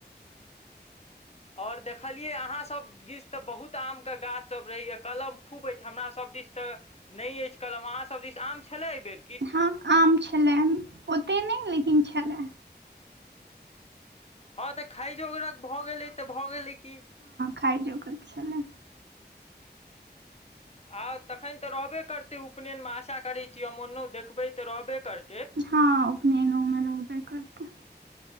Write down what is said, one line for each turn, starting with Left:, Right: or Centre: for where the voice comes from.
Left: और देखलियैये अहाँसभ दिस त बहुत आमके गाछसभ रहैए, कलम खूब अछि, हमरा सभ दिस त नहि अछि कलम अहाँ सब दिस आम छले एहिबेर?
Right: हँ आम छले, ओतेक नहि लेकिन छले।
Left: हँ त खाइ जोकरक भ गेलै त भ गेलै कि।
Right: खाइ जोकर छले।
Left: आ तखैन त रहबे करतै उपनयनमे, आशा करैत छी हम ओन देखबै त रहबे करतै।
Right: हँ उपनयनोमे रहबे करतै।